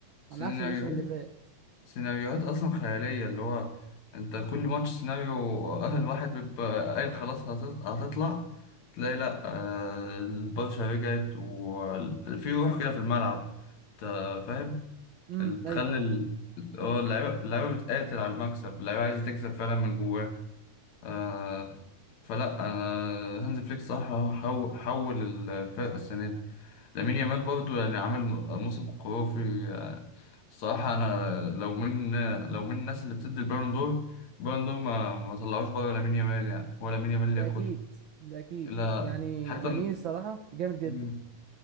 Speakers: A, on the left; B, on the right.
A: السيزون
B: على عكس الموسم اللي فات
A: سيناريوهات اصلا خياليه اللي هو انت كل ماتش سيناريو اهل واحد بيبقى قايل خلاص هتط- هتطلع تلاقي لا آه، البرشا رجعت وفي روح كده في الملعب انت فاهم
B: امم
A: ال- تخلي
B: أيوه
A: ال-
B: اه
A: اه اللعيبه اللعيبه بتقاتل على المكسب اللعيبه عايزه تكسب فعلا من جواها آه، فلا انا هانز فليك صح هو حو- حول الفرقه السنه دي لامين يامال برضو يعني عامل موسم خرافي آه، الصراحة أنا لو من لو من الناس اللي بتدي البالون دور البالون دور ما ما طلعوش بره لامين يامال يعني هو لامين يامال اللي
B: ده
A: ياخدها
B: أكيد ده أكيد
A: لا
B: يعني
A: حتى
B: لامين الصراحة جامد جدا
A: مم.